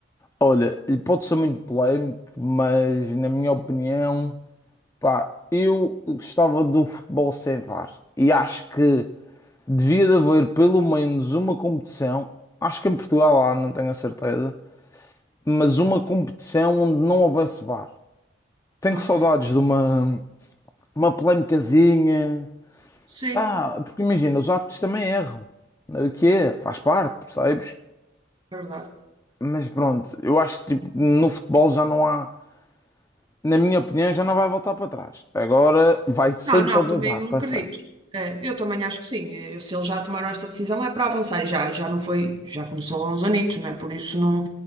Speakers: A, on the left; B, on the right.
A: Olha, e pode ser muito polémico, mas na minha opinião, pá, eu gostava do futebol sem VAR. E acho que Devia de haver pelo menos uma competição, acho que em Portugal há, não tenho a certeza, mas uma competição onde não houvesse VAR. Tenho
B: Ok.
A: saudades de uma, uma polémicazinha.
B: Sim,
A: Ah, porque imagina, os árbitros também erram. O que é? Faz parte, percebes?
B: é verdade.
A: Mas pronto, eu acho que tipo, no futebol já não há, na minha opinião, já não vai voltar para trás. Agora vai sempre
B: Não, não,
A: haver
B: também
A: VAR,
B: não
A: para
B: acredito.
A: sempre.
B: É, eu também acho que sim. É, Eu, se eles já tomaram esta decisão é para avançar e já, já não foi, já começou há uns anitos, não é? Por isso não,